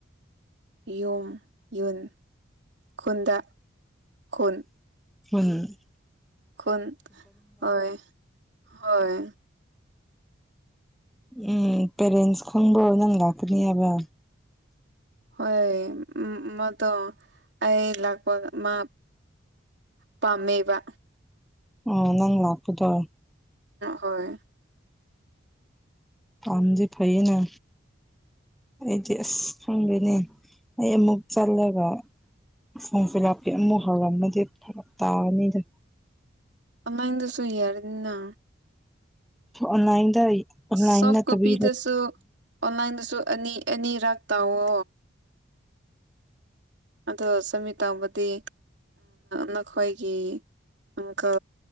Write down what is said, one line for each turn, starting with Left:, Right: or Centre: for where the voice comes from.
Right: ꯌꯨꯝ ꯌꯨꯟ ꯈꯨꯟꯗ ꯈꯨꯟ
Centre: ꯍꯣꯏ
Right: ꯈꯣꯟ ꯍꯣꯏ ꯍꯣꯏ
Centre: ꯎꯝ ꯄꯦꯔꯦꯟꯁ ꯈꯪꯕ ꯅꯪ ꯂꯥꯛꯀꯅꯤꯕ
Right: ꯍꯣꯏ ꯎ ꯃꯗꯨꯣ ꯑꯩ ꯂꯥꯛꯄ ꯃꯥ ꯄꯝꯕ
Centre: ꯑꯣ ꯅꯪ ꯂꯥꯛꯄꯗꯣ
Right: ꯣꯏ
Centre: ꯊꯝꯗꯤ ꯐꯩꯅꯦ ꯑꯩꯗꯤ ꯑꯁ ꯈꯪꯗꯅꯦ ꯑꯩ ꯑꯃꯨꯛ ꯆꯠꯂꯒ ꯁꯣꯡꯁꯦ ꯥꯄꯤ ꯑꯃꯨꯛ ꯍꯧꯥꯎꯔꯝꯃꯗꯤ ꯐꯔꯛ ꯇꯥꯔꯅꯤꯗ
Right: ꯑꯣꯟꯂꯥꯏꯟꯗꯁꯨ ꯏꯔꯅꯤꯅꯥ
Centre: ꯑꯣꯟꯂꯥꯏꯟꯗ ꯑꯣꯟꯂꯥꯏꯟ
Right: ꯁꯣꯐ ꯀꯣꯄꯤꯗꯁꯨ
Centre: ꯇꯕꯤ
Right: ꯑꯣꯟꯂꯥꯏꯟꯗꯁꯨ ꯑꯅꯤ ꯑꯅꯤꯔꯥꯛ ꯇꯥꯋꯣ ꯑꯗꯣ ꯆꯃꯤ ꯇꯥꯎꯕꯗꯤ ꯅꯈꯣꯏꯒꯤ ꯑꯀ